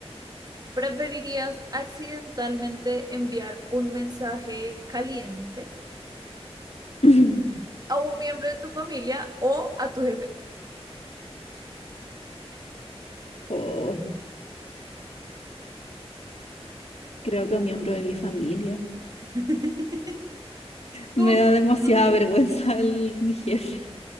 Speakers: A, on the right (about 40°); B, on the left (about 85°).
A: ¿Preferirías accidentalmente enviar un mensaje caliente
B: <laughs> <clears throat>
A: a un miembro de tu familia o a tu jefe?
B: Oh, creo que un miembro de mi familia.
A: <laughs> ¿Tú
B: Me da demasiada
A: qué-
B: vergüenza el- mi jefe. <laughs>